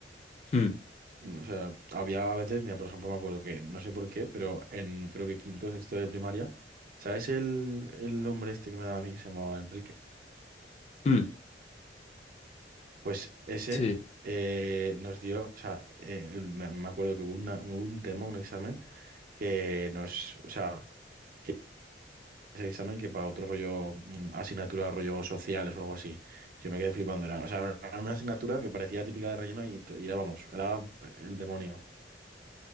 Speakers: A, on the left; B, on the right.
A: Mm,
B: O sea, había a veces, mira, por ejemplo, me acuerdo que, no sé por qué, pero en creo que quinto o sexto de primaria, ¿sabes el, el hombre este que me daba a mí que se llamaba Enrique?
A: mm,
B: Pues ese
A: sí,
B: eh, nos dio, o sea, eh, me, me acuerdo que hubo, una- hubo un tema, un examen que nos, o sea, que ese examen que para otro rollo, mm, asignatura, rollo sociales o algo así, yo me quedé flipando, era, o sea, era una asignatura que parecía típica de relleno y, t- y era, vamos, era el demonio.